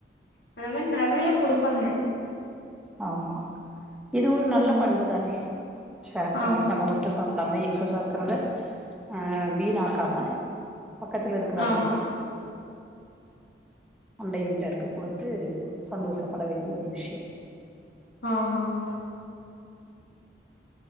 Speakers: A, on the left (about 75°); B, in the centre.
A: அந்த மாரி நறைய குடுப்பாங்க
B: ஆமா இது ஒரு நல்ல
A: ம்
B: பண்பு தானே ஷேர் பண்ணி
A: ஆமா
B: நம்ப மட்டு சாப் நம்ம எக்ஸஸா இருக்கறத அஹ் வீணாக்காம பக்கத்ல இருக்கறவங்களுக்கு
A: ஆமா
B: அண்டை வீட்டாருக்கு குடுத்து சந்தோஷப்பட வேண்டிய ஒரு விஷ்யோ
A: ஆமா ஆமாங்